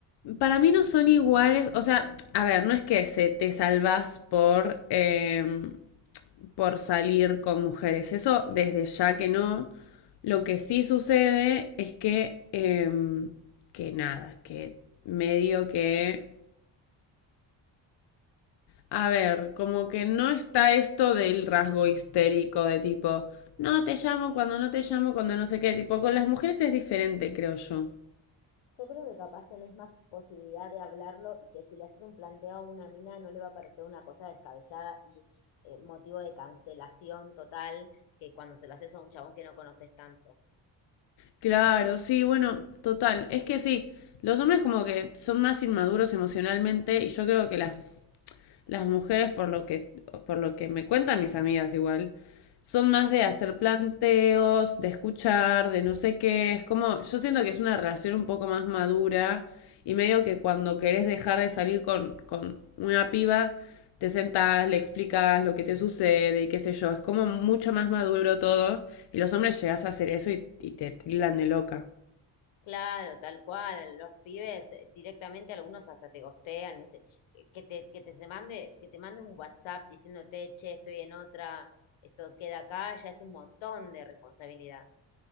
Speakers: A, on the left; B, on the left.
A: Para mí no son iguales, o sea, a ver, no es que se te salvas por, eh, por salir con mujeres, eso desde ya que no. Lo que sí sucede es que, eh, que nada, que medio que... A ver, como que no está esto del rasgo histérico de tipo, no te llamo cuando no te llamo, cuando no sé qué, tipo, con las mujeres es diferente, creo yo.
B: yo creo que capaz tenés más posibilidad de hablarlo y que si le haces un planteo a una mina no le va a parecer una cosa descabellada y eh, motivo de cancelación total que cuando se lo haces a un chabón que no conoces tanto.
A: Claro, sí, bueno, total. Es que sí, los hombres como que son más inmaduros emocionalmente y yo creo que las las mujeres, por lo que, por lo que me cuentan mis amigas igual, son más de hacer planteos, de escuchar, de no sé qué. Es como, yo siento que es una relación un poco más madura y medio que cuando querés dejar de salir con, con una piba, te sentás, le explicas lo que te sucede y qué sé yo. Es como mucho más maduro todo y los hombres llegás a hacer eso y, y te tildan de loca.
B: Claro, tal cual. Los pibes eh, directamente algunos hasta te gostean, dice, que que te, que te se mande, que te mande un WhatsApp diciéndote, che, estoy en otra, esto queda acá, ya es un montón de responsabilidad.